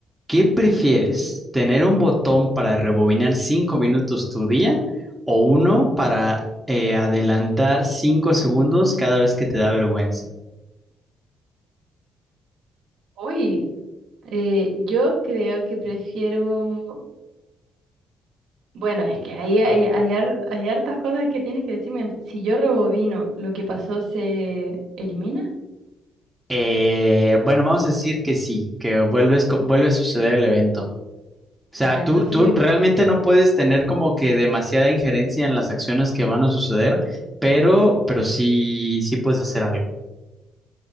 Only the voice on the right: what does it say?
Mm.
Uy, eh, yo creo que prefiero... Bueno, es que ahí hay, hay, har- hay hartas cosas que tienes que decirme. antes. Si yo rebobino, ¿lo que pasó se elimina?
Ya,
entonces
yo